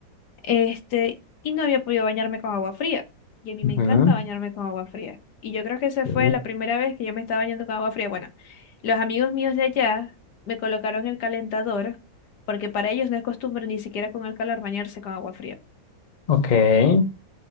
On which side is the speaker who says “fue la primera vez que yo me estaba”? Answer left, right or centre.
Left